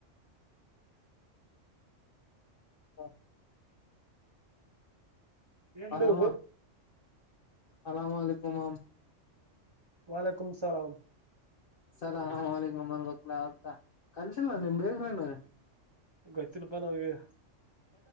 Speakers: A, on the left; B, on the right.
A: ಹ
B: ಎಲ್ಲಿದು
A: ಹ ಅಲಾಮಲಿಕುಮ ಮಾಮ್
B: ವಾಾಲಕಮ ಸಲಾಮ
A: ಅಲಾಕಮ ಅತ್ಲ ಅಂತ ಕಲ್ಸಿಲ್ಲ ನ ನಿಮ್ ಬೇ ನನು
B: ಗೊತ್ತಿಿಲ್ಲಪಾ ನಮ್ಗೆ